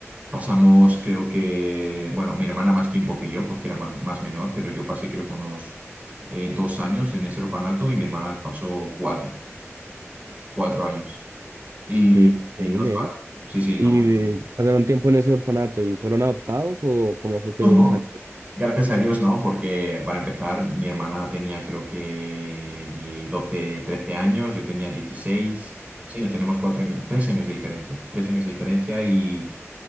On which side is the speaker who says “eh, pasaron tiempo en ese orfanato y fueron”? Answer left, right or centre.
Right